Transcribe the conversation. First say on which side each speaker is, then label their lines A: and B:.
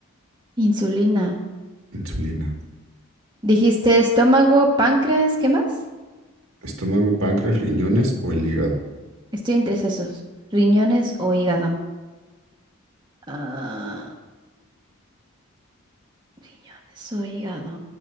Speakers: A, on the right (about 20°); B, on the right (about 65°).
A: Insulina.
B: Insulina.
A: Dijiste estómago, páncreas, ¿qué más?
B: Estómago, páncreas, riñones o el hígado.
A: Estoy entre esos. dos. Riñones o hígado. Ah, riñones o hígado.